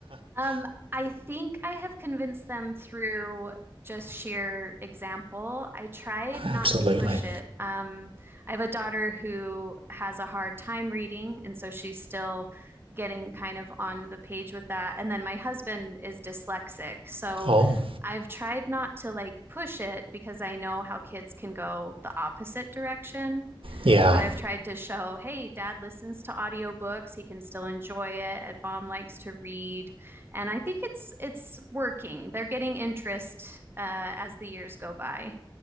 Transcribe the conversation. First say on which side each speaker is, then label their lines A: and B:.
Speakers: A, on the right; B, on the right.
A: Um, I think I have convinced them through just sheer example. I tried not
B: <laughs> Absolutely.
A: to push it. Um, I have a daughter who has a hard time reading, and so she's still getting kind of on the page with that. And then my husband is dyslexic, so
B: Oh,
A: I've tried not to like push it because I know how kids can go the opposite direction
B: yeah.
A: but I've tried to show, hey, dad listens to audiobooks, he can still enjoy it, and mom likes to read. And I think it's it's working. They're getting interest uh, as the years go by.